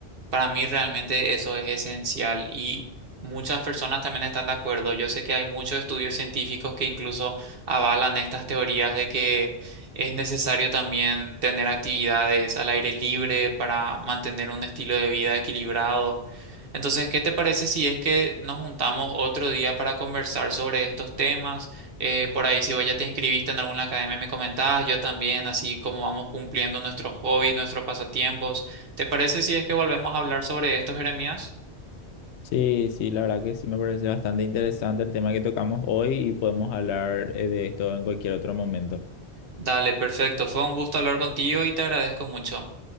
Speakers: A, on the right (about 60°); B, on the left (about 80°).
A: Para mí realmente eso es esencial y muchas personas también están de acuerdo. Yo sé que hay muchos estudios científicos que incluso avalan estas teorías de que es necesario también tener actividades al aire libre para mantener un estilo de vida equilibrado. Entonces, ¿qué te parece si es que nos juntamos otro día para conversar sobre estos temas? Eh, por ahí, si vos ya te inscribiste en alguna academia, me comentabas, yo también, así como vamos cumpliendo nuestros hobbies, nuestros pasatiempos. ¿Te parece si es que volvemos a hablar sobre esto, Jeremías?
B: Sí, sí, la verdad que sí me parece bastante interesante el tema que tocamos hoy y podemos hablar eh, de esto en cualquier otro momento.
A: Dale, perfecto. Fue un gusto hablar contigo y te agradezco mucho.